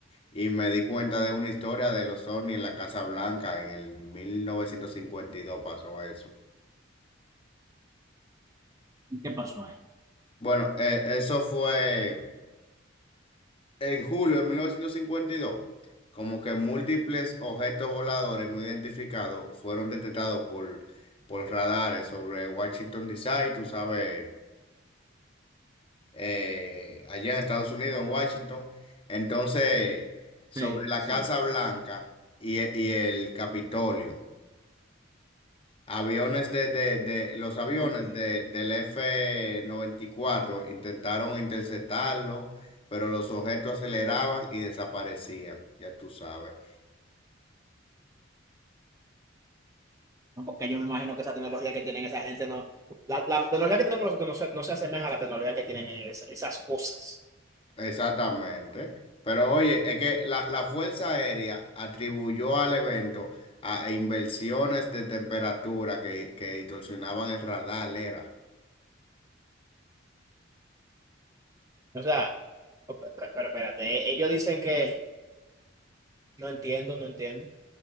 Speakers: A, on the left; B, on the right.
A: y me di cuenta de una historia de los ovnis en la Casa Blanca en el mil novecientos cincuenta y dos pasó eso.
B: ¿Y ¿Qué pasó ahí?
A: Bueno, eh, eso fue en julio de mil novecientos cincuenta y dos. como que múltiples objetos voladores no identificados fueron detectados por, por radares sobre Washington, D. C. tú sabes. eh, allá en Estados Unidos, en Washington. Entonces, sobre
B: Sí,
A: la
B: sí.
A: Casa Blanca y, e- y el Capitolio, aviones de, de- de- los aviones
B: Ok.
A: de- del f noventa y cuatro intentaron interceptarlo, pero los objetos aceleraban y desaparecían, ya tú sabes.
B: no, porque yo me imagino que esa tecnología que tienen esa gente no, la, la tecnología que tenemos nosotros no se, no se asemeja a la tecnología que tienen es- esas cosas.
A: Exactamente. Pero oye, es que la, la Fuerza Aérea atribuyó al evento a inversiones de temperatura que, que distorsionaban el radar, era.
B: O sea, pe- pe- pero espérate, ellos dicen que no entiendo, no entiendo.